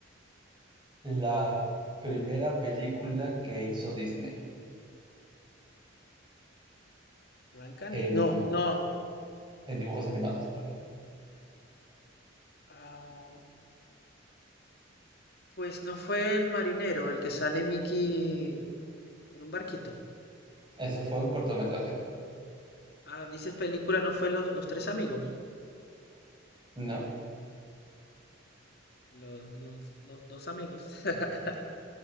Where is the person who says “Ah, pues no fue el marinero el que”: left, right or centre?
Left